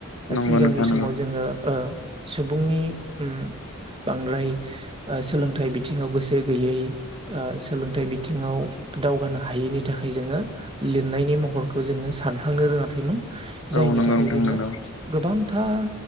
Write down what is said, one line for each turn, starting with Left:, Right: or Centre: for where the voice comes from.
Left: नंगौ
Right: सिगांनि
Left: नोंथां नंगौ
Right: समाव जोङो ओ सुबुंनि उ बांद्राय ओ सोलोंथाइ बिथिङाव गोसो गैयै ओ सोलोंथाइ बिथिङाव दावगानो हायैनि थाखाय जोङो लिरनायनि महरखौ जोङो सानखांनो रोङाखैमोन। जायनि
Left: नंगौ
Right: थाखाय
Left: नोंथां
Right: जोङो
Left: नंगौ औ
Right: गोबांथार